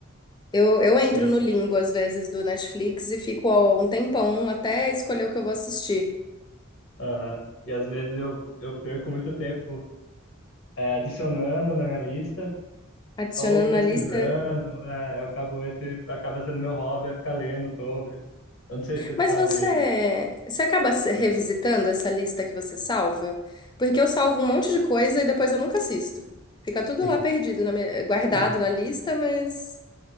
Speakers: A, on the left; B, on the left.
A: Eu, eu entro
B: Sim,
A: no limbo, às vezes, do Netflix e fico ó, um tempão até escolher o que eu vou assistir.
B: aham. E às vezes eu, eu perco muito tempo é, adicionando na minha lista
A: Adicionando
B: ou pesquisando,
A: na lista.
B: é, eu acabo esse, acaba sendo meu hobby, é ficar lendo sobre. Eu não sei se você
A: Mas
B: sabe,
A: você, você acaba se-
B: pode
A: revisitando
B: falar.
A: essa lista que você salva? Porque eu salvo um monte de coisa e depois eu nunca assisto. Fica tudo
B: <laughs>
A: lá perdido, na minha- guardado
B: Sim.
A: na lista, mas.